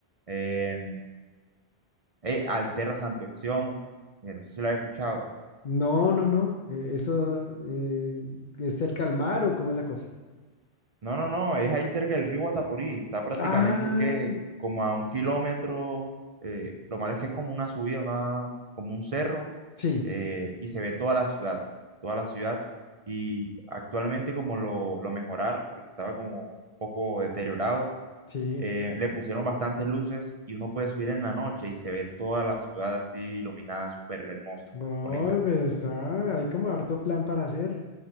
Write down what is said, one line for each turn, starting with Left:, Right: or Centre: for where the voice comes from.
Right: Em, eh, al Cerro Santo Exiomo. eh, no sé si lo has escuchado.
Left: no, no, no. eh, Eso eh, es cerca al mar o cómo es la cosa.
Right: No, no, no, es ahí cerca del río Guatapurí. Está prácticamente
Left: Ah,
Right: que como a un kilómetro. eh, lo malo es que es como una subida, una, como un cerro,
Left: sí,
Right: eh, y se ve toda la ciudad, toda la ciudad. Y actualmente como lo, lo mejoraron, porque estaba como un poco deteriorado,
Left: sí.
Right: eh, le pusieron bastantes luces y uno puede subir en la noche y se ve toda la ciudad así iluminada, súper hermosa,
Left: No,
Right: bonita.
Left: pero está, hay como harto plan para hacer.